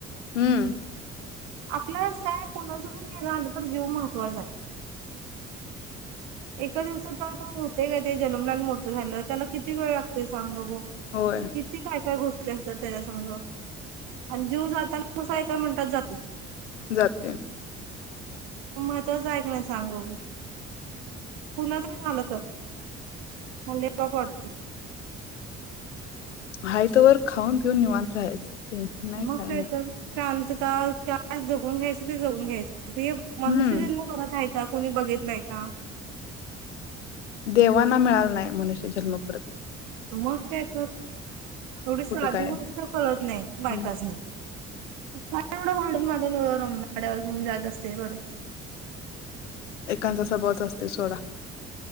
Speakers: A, on the left; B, on the right.
A: हूं
B: आपल्याच काय कोणाच पण घेला आलं तर जीव महत्त्वाचा हाय. एका दिवसा तर असता होतय काय ते जलमल आणि मोठं झालं त्याला किती वेळ लागतोय सांग बघू
A: होय
B: कितीे काय काय गोष्टी असतात त्याच्या संग आणि जीव जाताना कसा एका मिनटात जातय.
A: जातय.
B: महत्त्वाचं हाय क नाय सांग बघू कुणाच बी झालं तर म पाक वाटती.
A: हाय तवर खाऊन पिऊन निवांत रायच टेन्शन नाय
B: मग
A: काय नाय.
B: तर शांतता का जगून घ्यायच ते जगून घ्यायचं. हे मनुष्य
A: हम्म
B: जन्म परत हाय का? कोणी बघितलाय का?
A: देवांना मिळाला नाय मनुष्य जन्मपरत
B: मग एवढी साधी
A: काय
B: गोष्ट कत नाही बायका
A: हं.
B: एवढं वाडून मडून व वाड्यावर घेऊन जायचं असते बरं
A: एां जस बत असतील सोडा